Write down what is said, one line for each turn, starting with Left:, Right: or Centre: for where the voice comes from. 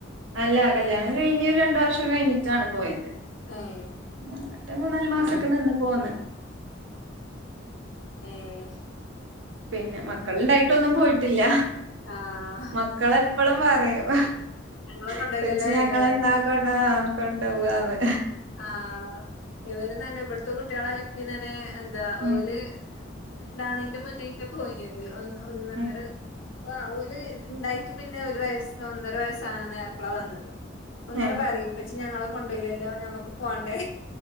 Right: അല്ല കല്യാണം കഴിഞ്ഞ് ഒരു രണ്ടു വർഷം കഴിഞ്ഞിട്ടാണ് പോയത്.
Left: ഏഹ്
Right: ഇന്ന്ട്ട് മൂന്നാല് മാസക്കെ
Left: ആഹ്
Right: നിന്ന് പോന്ന്.
Left: ഏഹേ
Right: പിന്നെ മക്കള്ണ്ടായിട്ടൊന്നും പോയിട്ടില്ല.
Left: ആഹ്
Right: മക്കള് എപ്പളും പറിയും
Left: ഞങ്ങളെ കൊണ്ടോയില്ലല്ലോ
Right: ഇപ്പച്ചി
Left: അറിയില്ലല്ലേ
Right: ഞങ്ങളെന്താ കൊണ്ടാവ. ആഹ് കോണ്ടോവാന്ന്
Left: ആഹ് ഇവരുംതന്നെ ഇവടുത്തെ കുട്ട്യാളാ ഇപ്പിം തന്നെ എന്താ
Right: ഉം
Left: ഓല്. ഇണ്ടാണീന്റെ മുന്നേ ആയിറ്റാ പോയിനിയത്. ഒന്ന് ഒന്നൊന്നര
Right: ഉം
Left: ആഹ് ഓല് ഇണ്ടായിട്ട് പിന്നെ ഒരു വയസ് ഒന്നര വയസ്സാവാനായപ്പള വന്നത്. ഇപ്പെങ്ങനെ
Right: ഏഹ്
Left: പറിയ് ഇപ്പച്ചി ഞങ്ങളെ കൊണ്ടോയിലല്ലോ ഞമ്മക്ക് പോണ്ടേ